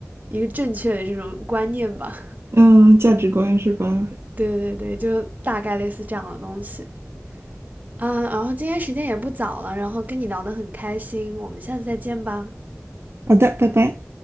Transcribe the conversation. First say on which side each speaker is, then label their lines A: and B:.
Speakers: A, on the right; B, on the right.
A: 一个正确的这种观念吧。
B: 嗯，价值观是吧？
A: <laughs> 对对对，就大概类似这样的东西。嗯，然后今天时间也不早了，然后跟你聊得很开心，我们下次再见吧。
B: 好的，拜拜。